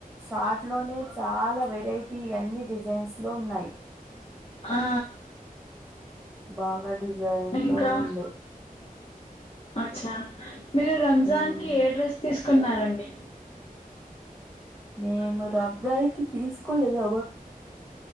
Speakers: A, in the centre; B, on the left.
A: సాట్ లోనే చాలా వెరైటీ అన్ని డిజైన్స్ లో ఉన్నాయి
B: ఆ
A: బాగా డిజైన్
B: ఇంకా
A: లో ఉండే
B: అచ్చా మీరు రంజాన్
A: ఉమ్,
B: కి ఏ డ్రెస్ తీసుకున్నారండి
A: మేము రంజాన్ కి తీసుకోలేదమ